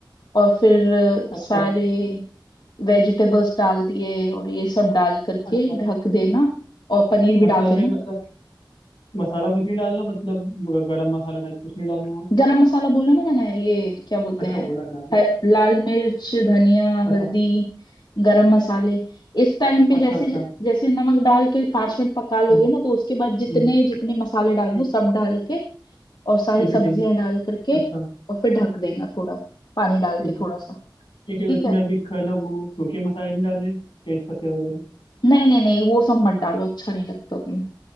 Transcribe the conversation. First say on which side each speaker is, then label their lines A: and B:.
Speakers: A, on the left; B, on the left.
A: और फिर अ,
B: अच्छा
A: सारे वेजिटेबल्स डाल दिए और ये सब डाल करके
B: अच्छा
A: ढक देना और पनीर
B: मसाले
A: भी डाल देना
B: मतलब मसाला कुछ नहीं डालना मतलब ग- गरम मसाला टाइप कुछ नहीं डालना हो
A: गरम मसाला बोला ना मैंने ये क्या बोलते
B: अच्छा
A: हैं
B: बोला क्या अभी
A: है- लाल मिर्च धनिया
B: अच्छा
A: हल्दी गरम मसाले इस टाइम
B: अच्छा
A: पे जैसे
B: अच्छा
A: जैसे नमक डाल के पांच मिनट पका लोगे
B: हम्म,
A: ना तो उसके बाद जितने
B: हम्म,
A: जितने मसाले डालने
B: ठीक
A: हो, सब
B: है।
A: डाल के और सारी
B: ठीक
A: सब्जियां
B: है ठीक है
A: डाल करके
B: अच्छा
A: और फिर ढक देना थोड़ा पानी डाल
B: ठीक
A: के
B: है
A: थोड़ा सा
B: ठीक है तो
A: ठीक
B: इसमें
A: है
B: अभी खाना वो सूखे मसाले नहीं डालने तेज पत्ते वगैरह
A: नहीं नहीं नहीं वो सब मत डालो अच्छा नहीं लगता तुम्हें